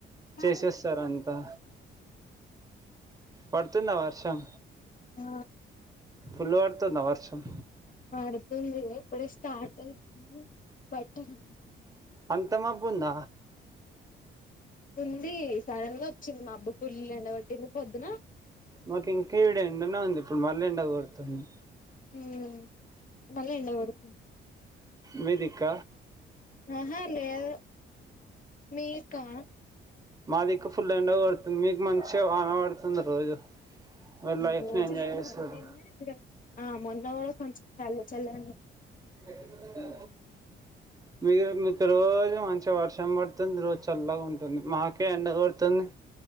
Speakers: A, on the left (about 40°); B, on the right (about 20°).
A: ఆ
B: చేసేస్తార అంతా పడుతుందా వర్షం
A: ఆ
B: పుల్లు పడుతుందా వర్షం
A: పడుతుంది ఇప్పుడే స్టార్ట్ అయితు బట్టన
B: అంత మబ్బుంద
A: ఉంది సడన్ గా వచ్చింది మబ్బు ఫుల్ల్ ఎండ కోట్టింది పొద్దున
B: మాకు ఇంకా ఈడ ఎండనే ఉంది ఇప్పుడు మళ్ళ ఎండకోడుతుంది
A: ఉమ్ మళ్ళీ ఎండగొడుతుంది
B: మీదిక్క
A: ఆహ లేదు మీకా
B: మాదికు ఫుల్ ఎండ పడుతుంది మీకు మంచిగా వాన పడుతుంది రోజు మీరు లైఫ్ని
A: రోజు
B: ఎంజాయ్ చేస్తారు
A: బ నిన్న ఆ మొన్న కూడా కొంచెం చల్ల చల్లగుండె
B: ఏ తు
A: మ్
B: మీ మీకు రోజు మంచిగా వర్షం పడుతుంది రోజు చల్లగా ఉంటుంది మాకు ఎండ కొడుతుంది